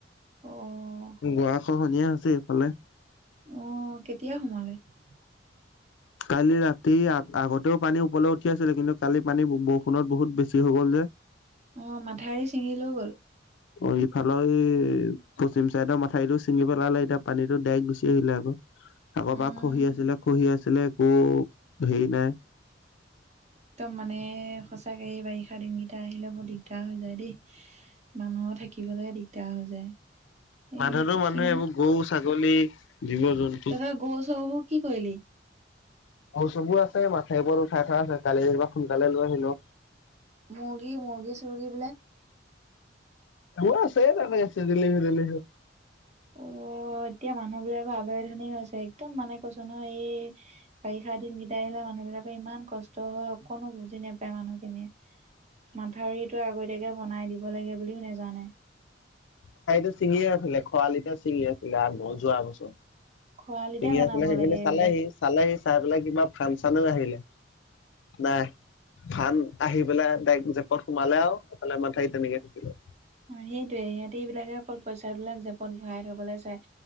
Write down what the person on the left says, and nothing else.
গোৱা খহনীয়া হৈছে এইফালে।
কালি ৰাতি, আগতেও পানী ওপৰলৈ উঠি আছিলে কিন্তু, কালি পানী বৰষুণত বহুত বেছি হৈ গ'ল যে।
অঁ, ইফালৰ সেই পশ্চিম চাইডৰ মাথাউৰিটো ছিঙি পেলালে, এতিয়া পানীতটো ডাইক গুচি আহিলে আক। আগৰ
পৰা খহি আছিলে, খহি আছিলে, একো হেৰি নাই
মানুহতো মানুহে,
এইবোৰ গৰু, ছাগলী, জীৱ জন্তু
গৰু, চৰুবোৰ আছে। মথাউৰি ওপৰত উঠাই থোৱা আছে, কালি যেনিবা সোনকালে লৈ আহিলো।
সেইবোৰ আছে তাতে ছেদেলি- ভেদেলি হৈ।
ঠাইটো ছিঙিয়ে আছিলে খৰালিটে ছিঙি আছিলে আগবল, যোৱা বছৰ।
ছিঙি
আছিলে সেইখিনি
চালেহি, চালেহি চাই পেলাই কিবা ফান-চানো আহিলে। নাই! ফান আহি পেলাই ডাইক জেপত সোমালে আও এফালে মাথাউৰি তেনেকে থাকিলে।